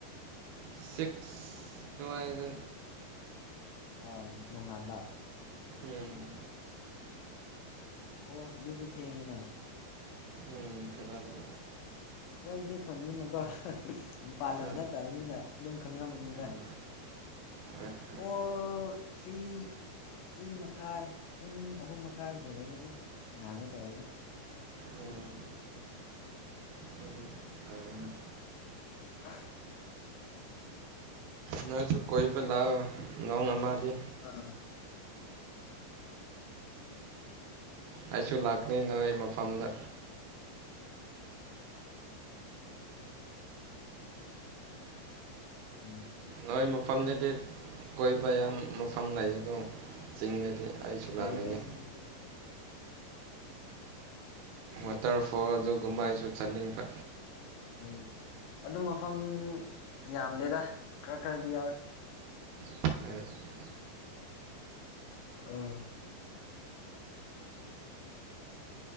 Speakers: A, on the right (about 80°); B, on the left (about 80°).
A: ꯁꯤꯛꯁ ꯗꯨꯃꯥꯏꯅ
B: ꯑ ꯅꯣꯡꯉꯥꯟꯕꯥ
A: ꯎꯝ
B: ꯑꯣ ꯑꯗꯨꯗꯤ ꯊꯦꯡꯉꯤꯅ
A: ꯎꯝ ꯈꯔꯗꯤ
B: ꯈ‌ꯣꯏꯗꯤ ꯈꯨꯟꯅꯤꯅꯀꯣ ꯃꯄꯥꯜꯂꯝꯗ
A: ꯍꯣꯏ
B: ꯅꯠꯇꯕꯅꯤꯅ ꯑꯗꯨꯝ ꯈꯪꯉꯝꯃꯅꯤꯗ
A: ꯎꯝ ꯍꯣꯏ ꯍꯣꯏ
B: ꯐꯣꯔ ꯊ꯭ꯔꯤ ꯊꯔꯤ ꯃꯈꯥꯏ ꯄꯨꯡ ꯑꯍꯨꯝ ꯃꯈꯥꯏ ꯍꯦꯜꯂꯗꯤ ꯑꯗꯨꯝ ꯉꯥꯡꯒꯦ ꯇꯧꯔꯦꯗ
A: ꯎꯝ ꯑꯗꯨ <unintelligible>
B: <unintelligible>
A: ꯅꯣꯏꯁꯨ ꯀꯣꯏꯕ ꯂꯥꯛꯑꯣ ꯅꯣꯡ ꯑꯃꯗꯤ
B: ꯑꯥ
A: ꯑꯩꯁꯨ ꯂꯥꯛꯀꯦ ꯅꯣꯏ ꯃꯐꯝꯗ
B: ꯎꯝ
A: ꯅꯣꯏ ꯃꯐꯝꯗꯗꯤ ꯀꯣꯏꯕ ꯌꯥꯝ ꯃꯐꯝ ꯂꯩꯌꯦꯀꯣ ꯆꯤꯡꯗꯗꯤ ꯑꯩꯁꯨ
B: ꯂꯩ
A: ꯂꯥꯛꯅꯤꯡꯉꯤ
B: ꯂꯩꯗꯤ
A: ꯋꯥꯇꯔꯐꯣꯜ ꯑꯗꯨꯒꯨꯝꯕ ꯑꯩꯁꯨ ꯆꯠꯅꯤꯡꯕ
B: ꯎꯝ ꯑꯗꯨ ꯃꯐꯝ ꯌꯥꯝꯗꯦꯗ ꯈꯔ ꯈꯔꯗꯤ ꯌꯥꯎꯋꯦ
A: <inaudible>
B: ꯑꯥ